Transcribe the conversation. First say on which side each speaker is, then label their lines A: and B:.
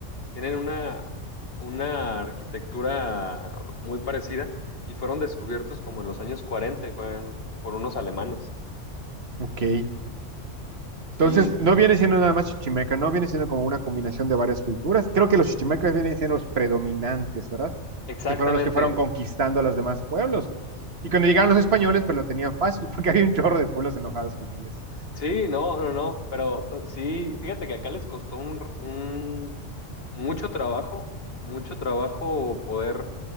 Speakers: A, on the left; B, on the right.
A: Tienen una, una arquitectura muy parecida y fueron descubiertos como en los años 40 y fue por unos alemanes.
B: ok.
A: Sí,
B: Entonces,
A: sí,
B: no
A: sí.
B: viene siendo nada más chichimeca, no viene siendo como una combinación de varias culturas. Creo que los chichimecas vienen siendo los predominantes, ¿verdad?
A: Exactamente.
B: Que fueron los que fueron conquistando a los demás pueblos. Y cuando llegaron los españoles, pues lo tenían fácil, <laughs> porque había un chorro de pueblos enojados con ellos.
A: Sí, no, no, no, pero eh, sí, fíjate que acá les costó un, un- mucho trabajo, mucho trabajo poder